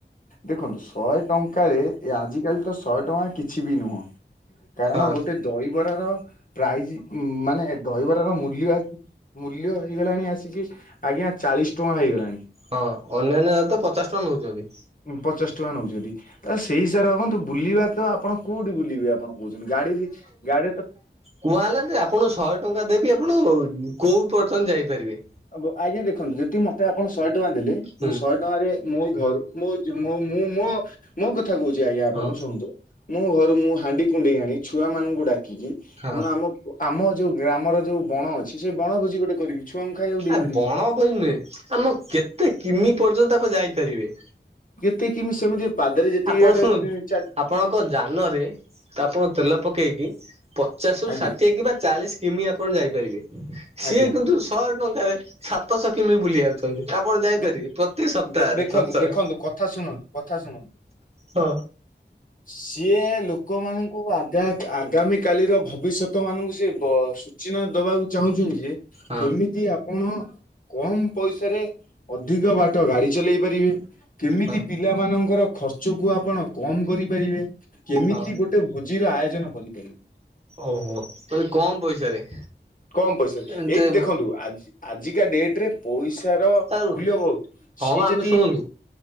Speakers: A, on the left; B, on the right.
A: ଦେଖନ୍ତୁ ଶହେ ଟଙ୍କାରେ ଏ ଆଜିକାଲି ତ ଶହେ ଟଙ୍କା କିଛି କିଛି ବି ନୁହଁ କାରଣ
B: ହଁ
A: ଗୋଟେ ଦହିବରାର ପ୍ରାଇଜ ମାନେ ଦହିବରାର ମୂଲ୍ୟ ଆସି ମୂଲ୍ୟ ହେଇଗଲାଣି ଆସିକି ଆଜ୍ଞା ଚାଳିଶ ଟଙ୍କା ହେଇଗଲାଣି।
B: ହଁ ଅନ୍ୟାନ୍ୟ ତ ପଚାଶ ଟଙ୍କା ନେଉଛନ୍ତି।
A: ପଚାଶ ଟଙ୍କା ନେଉଛନ୍ତି ତା ସେଇ ହିସାବରେ ଭାବନ୍ତୁ ବୁଲିବା ତ ଆପଣ କୋଉଠି ବୁଲିବେ ଆପଣ କହୁଛନ୍ତି ଗାଡି ବି ଗାଡିରେ ତ
B: କୁହା ହେଲା ଯେ ଆପଣଙ୍କୁ ଶହେ ଟଙ୍କା ଦେବି ଆପଣ କୋଉ ପର୍ଯ୍ୟନ୍ତ ଯାଇପାରିବେ।
A: ହ ଆଜ୍ଞା ଦେଖନ୍ତୁ ଯଦି ମତେ ଆପଣ ଶହେ ଟଙ୍କା ଦେଲେ
B: ହୁଁ
A: ମୁଁ ଶହେ ଟଙ୍କା ମୋ ଘ ମୁଁ ମୋ ମୋ କଥା କହୁଛି ଆଜ୍ଞା ଆପଣଙ୍କୁ
B: ହଁ
A: ଶୁଣନ୍ତୁ। ମୁ ମୋ ଘରୁ ମୁଁ ହାଣ୍ଡି କୁଣ୍ଡେଇ ଆଣି ଛୁଆ ମାନଙ୍କୁ ଡାକିକି
B: ହଁ
A: ମୁଁ ଆମ ଆମ ଯୋଉ ଗ୍ରାମର ଯୋଉ ବଣ ଅଛି ସେଇ ବଣ ଭୋଜି ଗୋଟେ କରିବି ଛୁଆଙ୍କୁ ଖାଇବାକୁ ଦେଇପାରିବି।
B: ଆ ବଣ ବୋଝି ନୁହେଁ ଆମ କେତେ କିମି ପର୍ଯ୍ୟନ୍ତ ଆପ ଯାଇପାରିବେ?
A: କେତେକମି ସେମିତି ଏତିକିବାଟ।
B: ଆପଣ ଶୁଣନ୍ତୁ ଆପଣଙ୍କ ଯାନରେ ତା ଆପଣ ତେଲ ପକେଇକି ପଚାଶ ରୁ
A: ଆଜ୍ଞା
B: ଷାଠିଏ କିମ୍ବା ଚାଳିଶ କିମି ଆପଣ ଯାଇପାରିବେ ସିଏ
A: ଆଜ୍ଞା।
B: କିନ୍ତୁ ଶହେ ଟଙ୍କାରେ ସାତଶହ କିମି ବୁଲିବାକୁ ଆପଣ ଯାଇପାରିବେ
A: ଦେ
B: ପ୍ରତି ସପ୍ତାହରେ
A: ଦେ ଦେଖନ୍ତୁ
B: ଥରେ ଥରେ
A: ଦେଖନ୍ତୁ କଥା ଶୁଣନ୍ତୁ? କଥା ଶୁଣ?
B: ହଁ
A: ସିଏ ଲୋକମାନଙ୍କୁ ଆଗ ଆଗାମୀ କାଲିର ଭବିଷ୍ୟତ ମାନଙ୍କୁ ସିଏ ସୂଚନା ଦବାକୁ ଚାହୁଁଛନ୍ତି ଯେ
B: ହଁ
A: କେମିତି ଆପଣ କମ ପଇସାରେ ଅଧିକ ବାଟ ଗାଡି ଚଲେଇ ପାରିବେ କେମିତି
B: ହଁ
A: ପିଲାମାନଙ୍କର ଖର୍ଚ୍ଚକୁ ଆପଣ କମ କରିପାରିବେ କେମିତି
B: ହଁ।
A: ଗୋଟେ ଭୋଜିର ଆୟୋଜନ କରିପାରିବେ।
B: ଓହୋ ତାହଲେ କମ ପଇସାରେ।
A: କମ ପଇସାରେ
B: ଏମତି
A: ଏଇଠି ଦେଖନ୍ତୁ ଆଜି ଆଜିକା ଡେଟ ରେ ପଇସା ତାର
B: ଆଉ
A: ମୂଲ୍ୟ ବହୁତ
B: ହଁ
A: ସିଏ
B: ଆମେ
A: ଯଦି
B: ଶୁଣନ୍ତୁ